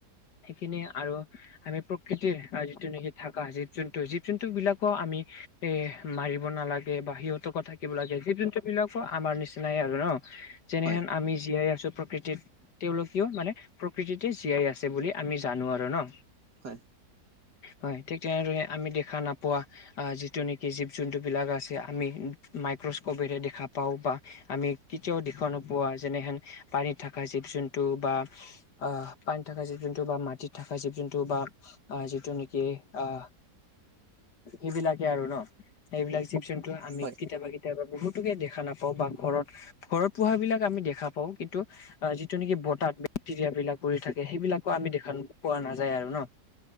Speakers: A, on the left; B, on the right.
A: সেইখিনি আৰু আমি প্ৰকৃতিৰ যিটো নেকি থকা জীৱ জন্তু জীৱ জন্তু বিলাকো আমি এ, মাৰিব নালাগে বা সিহঁতকো থাকিব লাগে জীৱ জন্তু বিলাকো আমাৰ নিচিনাই আৰু ন। যেনেহেন
B: হয়
A: আমি জীয়াই আছো প্ৰকৃতিত তেওঁলোকেও মানে প্ৰকৃতিতে জীয়াই আছে বুলি আমি আমি জানো আৰু ন।
B: হয়।
A: হয় ঠিক তেনেদৰে আমি দেখা নাপোৱা যিটো নেকি জীৱ জন্তুবিলাক আছে আমি মাইক্ৰস্ক'পেৰে দেখা পাওঁ বা আমি কেতিয়াও দেখুুৱা নোপোৱা যেনেহেন পানীত থকা জীৱ জোনু বা অ পানী থকা জিৱ জ <unintelligible> মাটিত থকাৱ যোনটো বা যিটো নেকি আহ, সেইবিলাকে আৰু ন সেইবিলাক চিপচনটো আমি
B: হয়
A: কেতিয়াবা কে কেতিয়াবা বহুতোকে দেখা নাপাও বা ঘৰত ঘৰত পোহ বিলাক আমি দেখা পাও কিন্তু অ যিটো নেকি বতাত মেক্টেৰিয়া বিলাক পৰি থাকে সেইবিলাকো আমি দেখা পোৱা নাযায় আৰু ন?